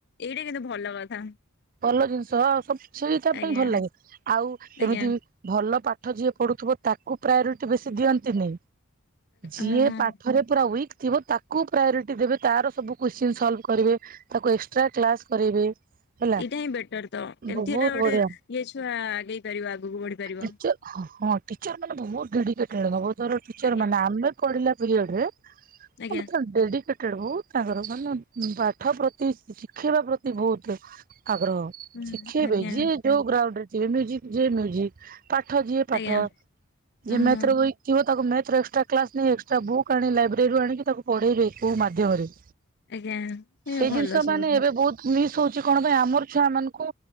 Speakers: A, on the left; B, on the right.
A: ଏଇଟା କିନ୍ତୁ ଭଲ କଥା।
B: ଭଲ ଜିନିଷ ଆଉ ସବୁ ସେଇ ତା ପାଇଁ
A: ଆଜ୍ଞା
B: ଭଲ ଲାଗେ ଆଉ
A: ଆଜ୍ଞା
B: ଏମିତି ଭଲ ପାଠ ଯିଏ ପଢ଼ୁଥିବ ତାକୁ ପ୍ରାୟୋରିଟି ବେଶୀ ଦିଅନ୍ତିନି? ଯିଏ
A: ଆ ହଁ।
B: ପାଠରେ ପୁରା ୱିକ୍ ଥିବ ତାକୁ ପ୍ରାୟୋରିଟି ଦେବେ ତାର ସବୁ କୁଶ୍ଚିନ୍ ସଲ୍ଭ କରିବେ। ତାକୁ ଏକ୍ସଟ୍ରା କ୍ଲାସ କରେଇବେ। ହେଲା
A: ଏଇଟା ହିଁ ବେଟର ତ ଏମିତି
B: ବହୁତ
A: ହେଲା ଗୋଟେ
B: ବଢିଆ
A: ଇଏ ଛୁଆ ଆଗେଇ ପାରିବ ଆଗକୁ ବଢ଼ି ପାରିବ।
B: ଟିଚର ହଁ ଟିଚର ମାନେ ବହୁତ ଡେଡିକେଟେଡ୍
A: ଆଜ୍ଞା
B: ମାନେ ଆମେ ପଢ଼ିଲା ପିରିଅଡ଼ ରେ
A: ଆଜ୍ଞା
B: ହଁ ଡେଡିକେଟେଡ୍। ସେଟା ବହୁତ ଆଗ୍ରହ ମାନେ ପାଠ ପ୍ରତି ଶିଖିବା ପ୍ରତି ବହୁତ ଆଗ୍ରହ।
A: ହୁଁ
B: ଶିଖେଇବେ
A: ଆଜ୍ଞା
B: ଯିଏ ଯୋଉ ଗ୍ରାଉଣ୍ଡରେ ଥିବେ ମ୍ୟୁଜିକ ଯିଏ ମ୍ୟୁଜିକ। ପାଠ ଯିଏ ପାଠ
A: ଆଜ୍ଞା
B: ଯେ
A: ହଁ
B: ମ୍ୟାଥରେ
A: ହଁ
B: ୱିକ୍ ଥିବ ତାକୁ ମ୍ୟାଥ ର ଏକ୍ସଟ୍ରା କ୍ଲାସ ନେଇ ଏକ୍ସଟ୍ରା ବୁକ୍ ଆଣ ଲାଇବ୍ରେରିରୁ ଆଣିକି ତାକୁ ପଢ଼େଇବେ କୋଉ ମାଧ୍ୟମରେ।
A: ଆଜ୍ଞା। ଏ
B: ଏଇ
A: ଭଲ
B: ଜିନିଷ
A: ସବୁ
B: ମାନେ ଏବେ ବହୁତ ମିସ୍ ହଉଛି କଣ ପାଇଁ ଆମର ଛୁଆ ମାନଙ୍କୁ